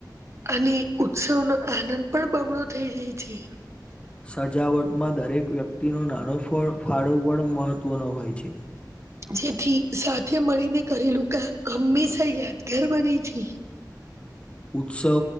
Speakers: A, on the right; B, on the left.
A: અને ઉત્સવ નો આનંદ પણ બમણો થઈ જાય છે
B: સજાવટમાં દરેક વ્યક્તિ ન નાનો ફાળો પણ મહત્વનો હોય છે
A: જેથી સાથે મળીને કરેલું કામ હંમેશા યાદગાર બને છે
B: ઉત્સવો